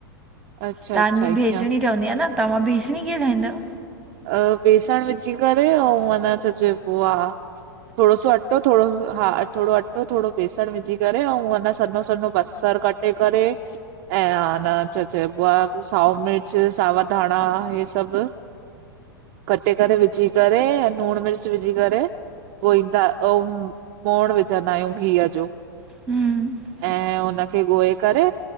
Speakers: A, on the right (about 45°); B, in the centre.
A: अच्छा
B: तव्हांजी
A: अच्छा ईअं
B: बेसणी ठहंदी आ न तव्हां बेसणी कीअं ठाहींदायो?
A: अ बेसण विझी करे अऊ ह न अञा चइबो आ थोरो सो अटो थोरो हा थोरो अटो अटो थोरो बेसण विझी करे अऊ हेन, सन्हो सन्हो बसर कटे करे। ऐं हान, छा चइबो आहे साओ मिर्च सावा धाण हे सभ कटे करे विझी करे लूणु मिर्च विझी करे ॻोहींदा, अउ मोहीण विझंदा आहियूं घीह जो।
B: हम्म।
A: ऐं उनखे ॻोहे करे